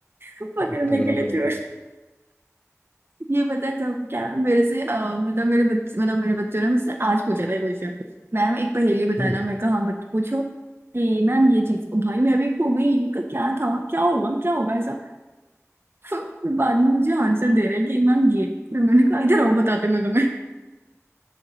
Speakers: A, on the right; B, on the left.
A: पकड़ने
B: क्या तगड़ा
A: के लिए
B: था
A: थी।
B: भाई
A: ये पता है तब क्या मेरे से अ, मतलब मेरे बच्चे मतलब मेरे बच्चों ने मुझसे आज पूछा था क्वेश्चन मैम एक पहेली बताना
B: हम्म,
A: मैं कहा हाँ बट पूछो कि मैम ये चीज भाई मैं भी खो गई उनका क्या था क्या होगा क्या होगा ऐसा <laughs> फिर बाद में मुझे आंसर दे रहे कि मैम ये फिर मैंने कहा इधर आओ बताते मैं तुम्हें